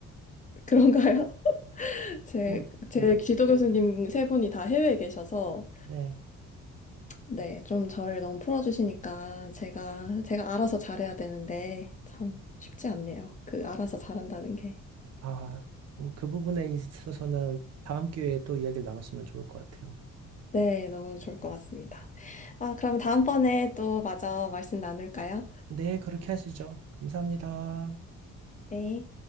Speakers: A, on the left; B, on the right.
A: <laughs> 그런가요? 제,
B: 뭐,
A: 제
B: 네,
A: 지도 교수님 세 분이 다 해외에 계셔서,
B: 네.
A: 네, 좀 저를 너무 풀어주시니까 제가, 제가 알아서 잘해야 되는데, 참 쉽지 않네요. 그 알아서 잘한다는 게.
B: 아, 음, 그 부분에 있어서는 다음 기회에 또 이야기를 나눴으면 좋을 것 같아요.
A: 네, 너무 좋을 것 같습니다. 아, 그럼 다음번에 또 마저 말씀 나눌까요?
B: 네, 그렇게 하시죠. 감사합니다.
A: 네.